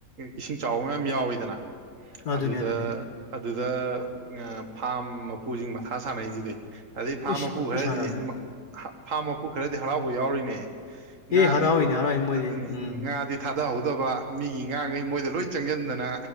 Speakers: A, on the right; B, on the left.
A: ꯏꯁꯤꯡ ꯆꯥꯎꯕ ꯃꯌꯥꯝ ꯌꯥꯎꯋꯤꯗꯅ
B: ꯑꯗꯨꯅꯦ
A: ꯑꯗꯨꯗ
B: ꯑꯗꯨꯅꯦ
A: ꯑꯗꯨꯗ ꯐꯥꯝ ꯃꯄꯨꯁꯤꯡ ꯃꯊꯥ ꯁꯥꯟꯅꯩꯁꯤꯗꯤ ꯑꯗꯩ ꯐꯥꯝ
B: ꯏꯁ
A: ꯃꯄꯨ
B: ꯐꯖꯅ
A: ꯈꯔꯗꯤ
B: ꯁꯥꯟꯅꯕꯅꯦ
A: ꯐꯥꯝ ꯃꯄꯨ ꯈꯔꯗꯤ ꯍꯔꯥꯎꯕ ꯌꯥꯎꯔꯤꯅꯦ ꯉꯥꯗꯤ
B: ꯑꯦ ꯍꯔꯥꯎꯏꯅꯦ ꯍꯔꯥꯎꯏ ꯃꯣꯏꯗꯤ
A: ꯑꯗꯨꯅꯤ
B: ꯎꯝ
A: ꯉꯥꯗꯤ ꯊꯥꯗꯍꯧꯗꯕ ꯃꯤꯒꯤ ꯉꯥꯈꯩ ꯃꯣꯏꯗ ꯂꯣꯏ ꯆꯪꯁꯤꯟꯗꯅ